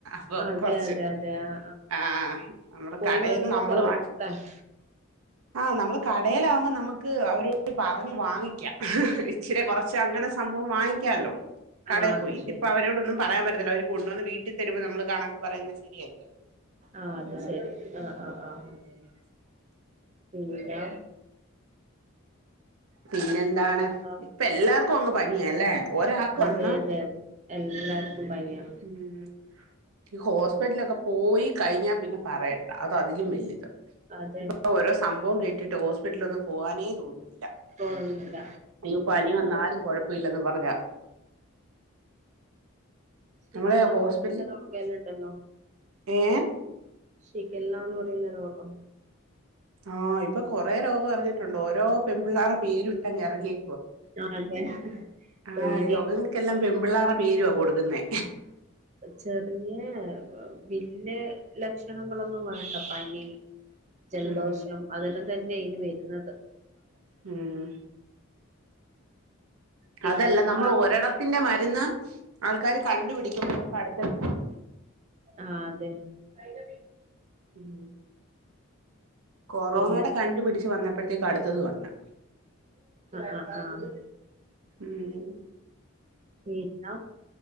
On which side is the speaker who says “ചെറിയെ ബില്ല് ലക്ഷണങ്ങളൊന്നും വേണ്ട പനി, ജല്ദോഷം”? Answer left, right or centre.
Right